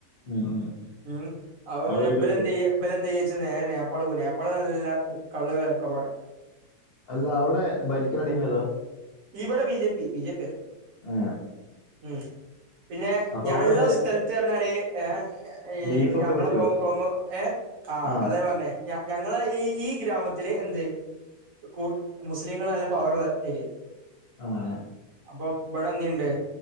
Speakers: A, on the left; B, on the right.
A: ഉം ഉം
B: ഉം. അവവിന്നെ
A: അത് വഴിക്കടുത്ത്
B: ബെല്ന്തയ്യ? പിന്നെ എന്ത്ച്ച നേരെ നേപ്പാൾ നേപ്പാൾ കണ്ടിട്ടില്ലല്ലോ കള്ള് വിലക്കുറവാണ്
A: അല്ല, അവ്ടെ ഭരിക്ക്ണ ടീമ് ഏതാ?
B: ഈവിടെ ബീ. ജെപി. ബി. ജെ. പിയ
A: ഏ
B: ഉം. പിന്നെ
A: അപ്പൊ
B: ഞാൻള്ള
A: അവിടെ
B: സ്ഥലത്ത് അറഞ്ഞാല് ഏ ഈ
A: ബീഫൊക്കെ
B: നമ്മളെ
A: പറ്റുവോ
B: കോ കോമ്പ ഏ ആഹ്
A: ആ
B: അതെ പറഞ്ഞെ ഞ ഞങ്ങളെ ഈ ഈ ഗ്രാമത്തില് എന്ത് കു മുസ്ലിങ്ങൾ നല്ല പവറ്ള്ള ഏരിയ
A: ആ ആ
B: അപ്പൊ ഇവിടെ എന്ത്ണ്ട്